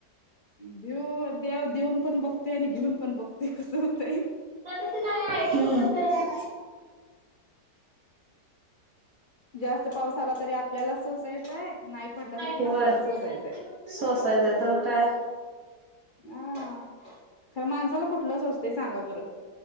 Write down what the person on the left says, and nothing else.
देऊ देव देऊन पण बघतेय आणि घेऊन पण बघतेय कसं होतंय.
जास्त पाऊस आला तरी आपल्याला सोसायचा आय. नाही पडला तरी पण
आपल्याला सोसायचं
हाय. अ खरं माणसाला कुठलं सोसतंय सांगा बरं.